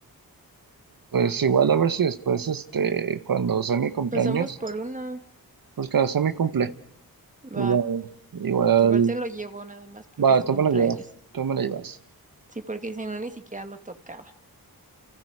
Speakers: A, on the right (about 65°); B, on the right (about 20°).
A: Pues igual a ver si después, este, cuando sea mi cumpleaños,
B: Pues vamos por uno.
A: pues cuando sea mi cumple, igual,
B: Va,
A: igual,
B: igual te lo llevo nada más porque
A: va,
B: es tu
A: tú
B: cumpleaños.
A: me lo llevas, tú me lo llevas.
B: Sí, porque si no ni siquiera lo tocaba.